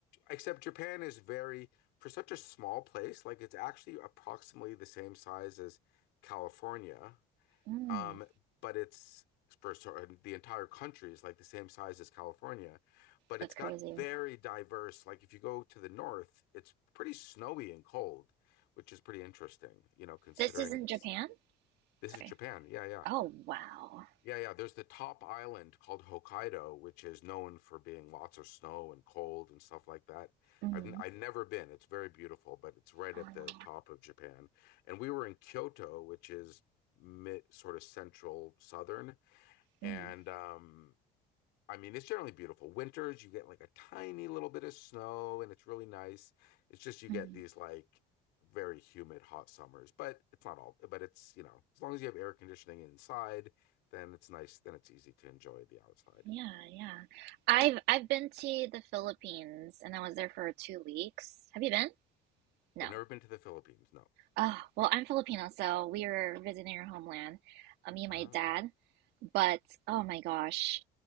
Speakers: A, on the left; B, on the right.
A: Except Japan is very, for such a small place, like it's actually approximately the same size as California.
B: Mm.
A: Um, but it's for sort the entire country is like the same size as California, but
B: That's
A: it's
B: crazy.
A: got very diverse. Like if you go to the north, it's pretty snowy and cold, which is pretty interesting, you know, considering
B: This is in
A: it's,
B: Japan?
A: this
B: Sorry.
A: is Japan. Yeah, yeah.
B: Oh wow.
A: Yeah, yeah. There's the top island called Hokkaido, which is known for being lots of snow and cold and stuff like that.
B: Mm.
A: I've n- I've never been. It's very beautiful, but it's right
B: Oh,
A: at the top of Japan. And we were in Kyoto, which is mid, sort of central southern,
B: mm.
A: and um, I mean, it's generally beautiful. Winters, you get like a tiny little bit of snow and it's really nice. It's just you
B: Hmm.
A: get these like very humid, hot summers, but it's not all, but it's, you know, as long as you have air conditioning inside, then it's nice. Then it's easy to enjoy the outside.
B: Yeah, yeah. I've I've been to the Philippines and I was there for two weeks. Have you been? No.
A: I've never been to the Philippines. No.
B: Oh, well, I'm Filipino, so we were visiting our homeland, uh, me and
A: Uh,
B: my dad.
A: Okay.
B: But oh my gosh,